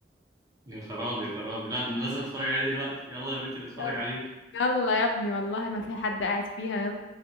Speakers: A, on the right (about 20°); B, on the left (about 80°).
A: يا خرابي يا خرابي لا ده انا لازم اتفرج عليه دلوقتي يلا يا بنتي نتفرج
B: يلا
A: عليه
B: يلا يا ابني والله ما في حد قاعد فيها